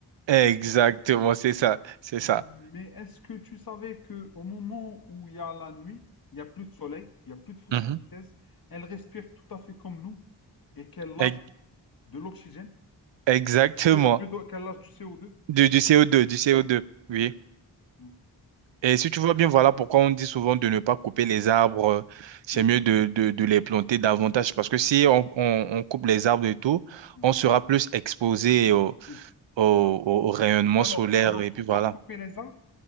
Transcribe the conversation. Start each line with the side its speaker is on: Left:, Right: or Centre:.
Right: Exactement, c'est ça, c'est
Left: Mais
Right: ça.
Left: est-ce que tu savais que au moment où il y a la nuit, il n'y a plus de soleil, il n'y a plus de photosynthèse,
Right: Mhm.
Left: elles respirent tout à fait comme nous et qu'elles lâchent
Right: Ex-
Left: de l'oxygène,
Right: Exactement.
Left: de- plutôt qu'elles lâchent du co deux.
Right: Du, du CO2, du CO2, oui.
Left: Ouais, ouais,
Right: Et si tu vois bien, voilà pourquoi on dit souvent de ne pas couper les arbres. euh, C'est
Left: oui,
Right: mieux de, de, de les planter davantage parce que si on, on, on coupe les arbres et tout,
Left: ouais,
Right: on sera plus exposé au,
Left: oui.
Right: au, au-
Left: Alors, oui.
Right: au rayonnement
Left: Alors,
Right: solaire
Left: alors,
Right: et puis
Left: faut
Right: voilà.
Left: pas couper les arbres